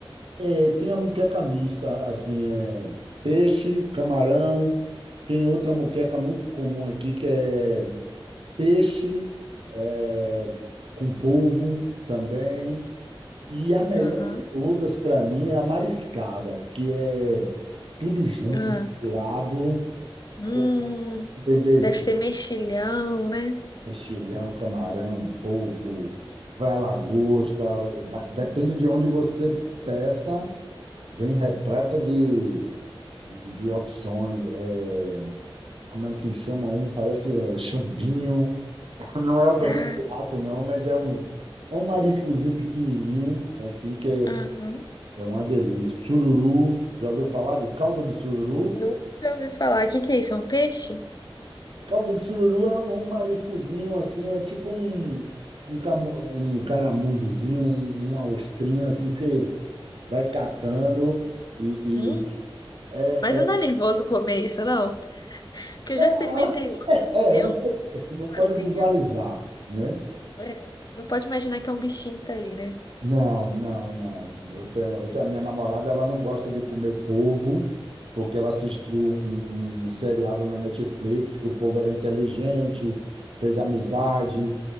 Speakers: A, on the right (about 70°); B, on the left (about 45°).
A: É, tem a muqueca mista, assim, é, peixe, camarão. Tem outra muqueca muito comum aqui que é peixe eh, com polvo também. E a melhor
B: Aham.
A: de todas para mim é a mariscada, que é tudo junto,
B: Ah.
A: misturado
B: Hum,
A: com bebezinho,
B: deve ter mexilhão, né?
A: mexilhão, camarão, polvo, vai a lagosta, vai- depende de onde você peça, vem repleta de, de, de opções. É, como é que chama um? Parece é, chumbinho. <laughs> Não é o veneno
B: Ah,
A: de rato, não, mas é um, é um mariscozinho pequenininho, assim, que é,
B: aham.
A: é uma delícia. Sururu, já ouviu falar de caldo de sururu?
B: Nunca ouvi falar. O que que é isso? É um peixe?
A: Caldo de sururu é um mariscozinho assim, é tipo um, um, camu, um caramujozinho, um- uma ostrinha assim que você vai catando e,
B: Hum,
A: e- é,
B: mas não
A: é,
B: dá nervoso comer isso, não? Porque
A: não,
B: eu já experimentei
A: <laughs>
B: outro.
A: é,
B: Deu
A: é, não
B: um
A: pode, não pode
B: nervosinho.
A: visualizar, né?
B: É. Não pode imaginar que é um bichinho que tá ali, né?
A: Não, não, não. Eu tenho, eu tenho, a minha namorada, ela não gosta de comer polvo, porque ela assistiu um, um um seriado na Netflix que o povo era inteligente, fez amizade